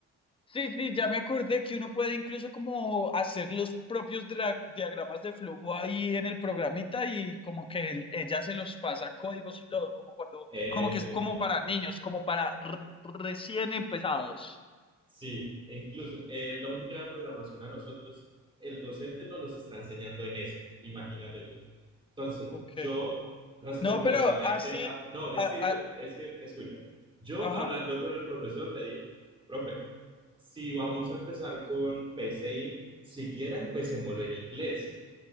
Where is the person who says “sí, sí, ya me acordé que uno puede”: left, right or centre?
Left